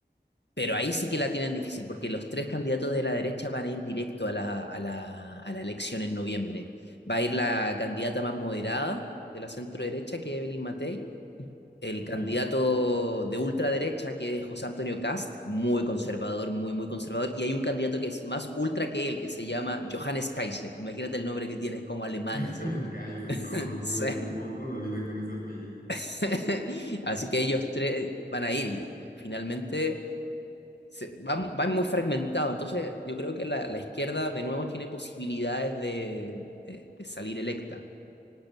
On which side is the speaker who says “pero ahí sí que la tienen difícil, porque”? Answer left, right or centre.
Left